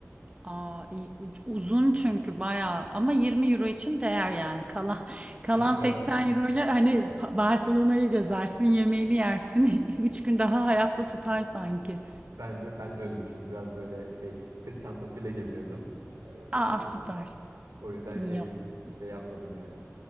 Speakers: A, on the right; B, on the right.
A: Aa, iyi. Uc- uzun çünkü bayağı ama 20 euro için değer yani kalan <laughs> kalan
B: <laughs>
A: 80
B: Aynen.
A: euro ile hani Pa- Barcelona'yı gezersin yemeğini yersin <laughs> 3 gün daha hayatta tutar sanki.
B: Ben de ben de öyle düşündüm. Biraz böyle şey sırt çantasıyla geziyordum. Ee,
A: Aa
B: o
A: süper
B: yüzden, o yüzden
A: iyi
B: şey
A: yapmışsın.
B: şey yapmadım yani.